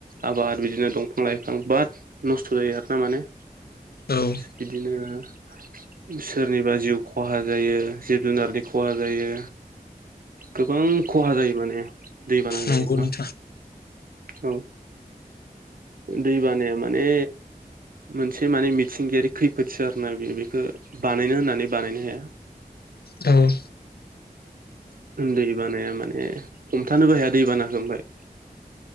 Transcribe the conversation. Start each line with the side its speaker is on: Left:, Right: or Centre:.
Right: आबाद बिदिनो दंफां लाइफां बिराद नस्थ' जायो आर ना माने।
Left: औ
Right: बिदिनो सोरनिबा जिउ खहा जायो जिब जुनारनि खहा जायो। गोबां खहा जायो माने दैबाना जायोब्ला।
Left: नंगौ नोंथां
Right: औ दैबानाया माने मोनसे माने मिथिंगायारि खैफोदसो आर ना बे बेखो बानायनो होननानै बानायनो हाया।
Left: औ
Right: दै बानाया माने हमथानोबो हाया दैबानाखो ओमफाय।